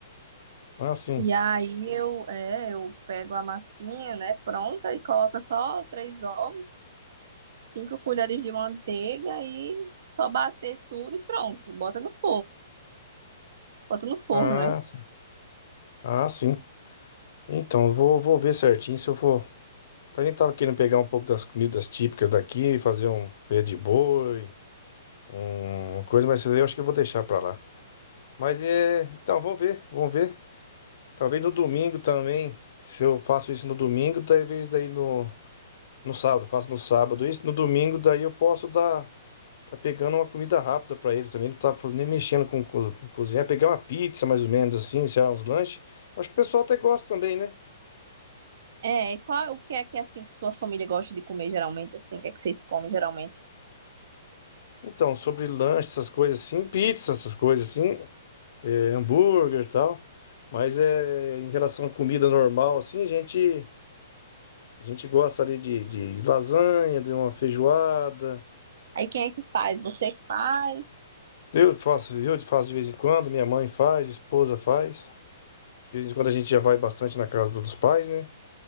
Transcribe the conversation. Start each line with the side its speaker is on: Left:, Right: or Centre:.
Left: Ah, sim.
Right: E aí eu, é, eu pego a massinha, né, pronta e coloco só três ovos, cinco colheres de manteiga e só bater tudo e pronto. Bota no forno, bota no forno,
Left: Ah,
Right: né?
Left: sim. Ah, sim. Então, eu vou, vou ver certinho se eu for. Também tava querendo pegar um pouco das comidas típicas daqui, fazer um pé de boi, um- uma coisa, mas isso aí eu acho que eu vou deixar para lá. Mas é, então, vamos ver, vamos ver. Talvez no domingo também, se eu faço isso no domingo, talvez daí no, no sábado, faço no sábado isso, no domingo daí eu posso dar Tá pegando uma comida rápida pra eles também, não tá nem mexendo com, co- com cozinhar. Pegar uma pizza, mais ou menos assim, sei lá, uns lanches. Acho que o pessoal até gosta também, né?
Right: É, e qual, o que é que é assim que sua família gosta de comer geralmente assim? O que é que vocês comem geralmente?
Left: Então, sobre lanche, essas coisas assim, pizza, essas coisas assim, é, hambúrguer e tal. Mas é, em relação à comida normal, assim, a gente, a gente gosta ali de, de lasanha, de uma feijoada.
Right: Aí quem é que faz? Você que faz?
Left: Eu faço, eu faço de vez em quando, minha mãe faz, esposa faz. De vez em quando a gente já vai bastante na casa dos pais, né?